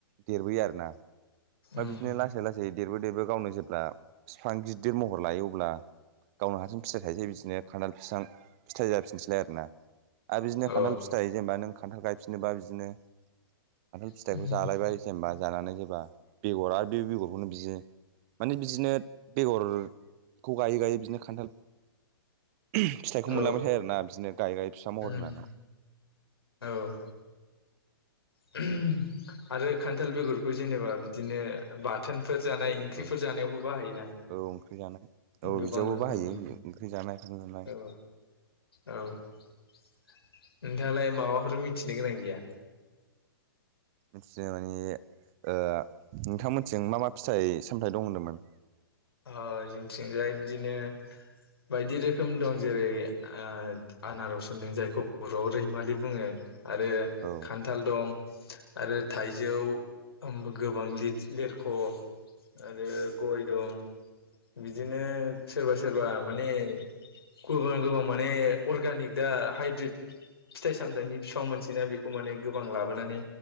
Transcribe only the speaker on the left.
उम
औ
उम
औ
उम
औ <unintelligible> आरो खान्थाल बेगरखौ जेनेबा बिदिनो बाथोन फोर जानाय ओंख्रिफोर
जानायावबो बाहायोना।
गोबां
रोखोमनि
औ औ नोंथाङालाय माबाफोर मिथिनो गोनां गैया?
ओ जोंथिंजाय बिदिनो बायदि रोखोम दं जेरै ओ आनारस होनदों जायखौ बर'आव रैमालि बुङो। आरो
खान्थाल दं। आरो थाइजौ ओम गोबां लिथ लेरख' आरो गय दं बिदिनो सोरबा सोरबा माने गोबां गोबां माने अर्गानिक दा हाइब्रिद फिथाइ सामथायाइनि फिफां मोनसोयोना बेखौ माने गोबां लाबोनानै